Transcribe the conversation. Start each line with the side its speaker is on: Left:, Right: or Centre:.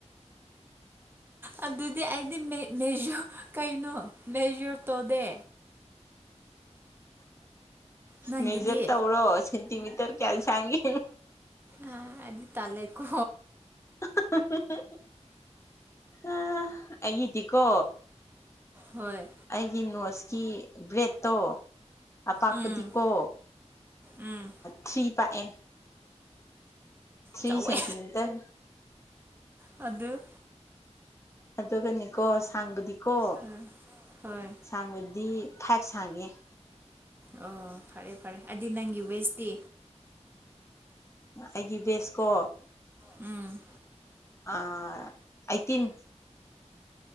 Right: ꯑꯗꯨꯗꯤ ꯑꯩꯗꯤꯁꯨ ꯀꯩꯅꯣ ꯃꯦꯖꯔ ꯇꯧꯗꯦ ꯅꯪꯒꯤꯗꯤ
Left: ꯃꯦꯖꯔ ꯇꯧꯔꯁꯇꯃꯤꯇꯔ ꯀꯦꯜꯁꯥꯡꯒꯦ
Right: ꯑ ꯑꯗꯨꯗꯤ ꯇꯂꯦ ꯀꯣ
Left: <unintelligible> ꯎꯝ ꯑꯩꯒꯤꯗꯤꯀꯣ
Right: ꯍꯣꯏ
Left: ꯑꯩꯒꯤ ꯅꯣꯠꯁꯀꯤ ꯕ꯭ꯔꯦꯠꯇꯣ ꯑꯄꯥꯛꯄꯨꯗꯤꯀꯣ
Right: ꯎꯝ ꯎꯝ
Left: ꯊ꯭ꯔꯤ ꯄꯥꯛꯑꯦ ꯊ꯭ꯔꯤ
Right: ꯆꯥꯎꯋꯦ
Left: ꯁꯦꯟꯇꯤꯃꯤꯇꯔ
Right: ꯑꯗ
Left: ꯑꯗꯨꯒꯅꯦꯀꯣ ꯁꯥꯡꯕꯗꯤꯀꯣ
Right: ꯍꯣꯏ ꯍꯣꯏ
Left: ꯁꯥꯡꯕꯗꯤ ꯐꯥꯏꯚ ꯁꯥꯡꯉꯦ
Right: ꯑꯣ ꯐꯔꯦ ꯐꯔꯦ ꯑꯗꯨꯗꯤ ꯅꯪꯒꯤ ꯋꯦꯁꯇꯤ
Left: ꯑꯩꯒꯤ ꯕꯦꯁꯀꯣ
Right: ꯎꯝ
Left: ꯑꯩꯠꯇꯤꯟ